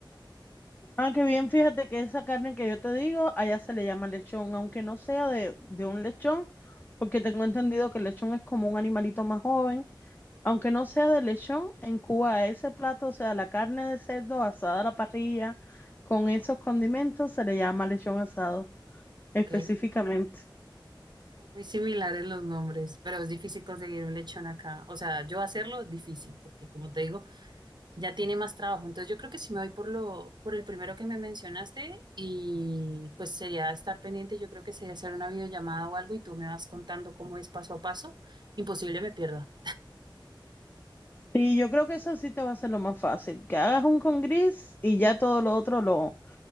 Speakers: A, on the left; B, on the right.
A: Ah, qué bien, fíjate que esa carne que yo te digo, allá se le llama lechón, aunque no sea de, de un lechón, porque tengo entendido que el lechón es como un animalito más joven. Aunque no sea de lechón, en Cuba ese plato, o sea, la carne de cerdo asada a la parrilla con esos condimentos, se le llama lechón asado específicamente.
B: ¿ok? Son Muy similares los nombres, pero es difícil conseguir un lechón acá. O sea, yo hacerlo difícil, porque como te digo, ya tiene más trabajo. Entonces yo creo que sí me voy por lo, por el primero que me mencionaste y pues sería estar pendiente, yo creo que sería hacer una videollamada o algo y tú me vas contando cómo es paso a paso. Imposible me pierda.
A: Sí, yo creo que eso sí te va a ser lo más fácil, que hagas un con gris y ya todo lo otro lo,